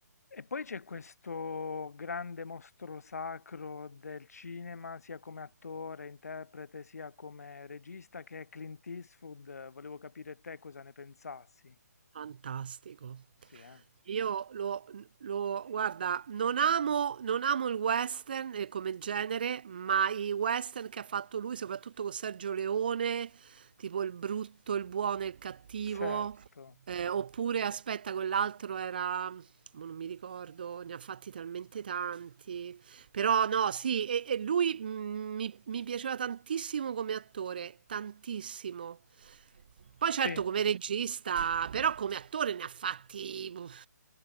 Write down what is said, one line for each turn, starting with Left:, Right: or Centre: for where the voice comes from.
Left: E poi c'è questo grande mostro sacro del cinema, sia come attore, interprete, sia come regista, che è Clint Eastwood. Volevo capire te cosa ne pensassi.
Right: Fantastico.
Left: Sì, eh?
Right: Io lo, lo- guarda, non amo, non amo il western eh, come genere, ma i western che ha fatto lui, soprattutto con Sergio Leone, tipo il brutto, il buono e il cattivo,
Left: Certo.
Right: eh, oppure aspetta, quell'altro era, mo non mi ricordo, ne ha fatti talmente tanti. Però no, sì, e, e lui mm, mi, mi piaceva tantissimo come attore, tantissimo. Poi certo
Left: Sì,
Right: come regista, però come attore ne ha fatti, uff,